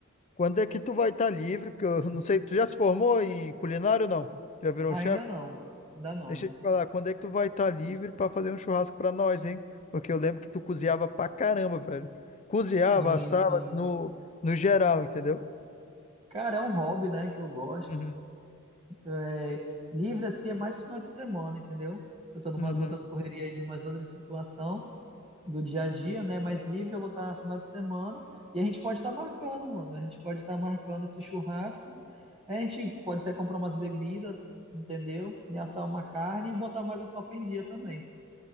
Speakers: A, on the left (about 30°); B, on the right (about 25°).
A: quando é que tu vai estar livre? Porque eu não sei, tu já se formou em culinário ou não? Já virou
B: Ainda
A: um chefe?
B: não, ainda não.
A: Deixa eu te falar, quando é que tu vai estar livre pra fazer um churrasco pra nós, hein? Porque eu lembro que tu cozinhava pra caramba, velho. Cozinhava,
B: Sim,
A: assava
B: sim.
A: no, no geral, entendeu?
B: Cara, é um hobby, né, que eu gosto.
A: Uhum.
B: É, livre assim é mais final de semana, entendeu? Eu tô numas
A: Uhum.
B: outras correrias aí de umas outras situação do dia a dia, né? Mas livre eu vou estar final de semana e a gente pode estar marcando, mano. A gente pode estar marcando esse churrasco. É, A gente pode até comprar umas bebidas, entendeu? E assar uma carne e botar mais o papo em dia também.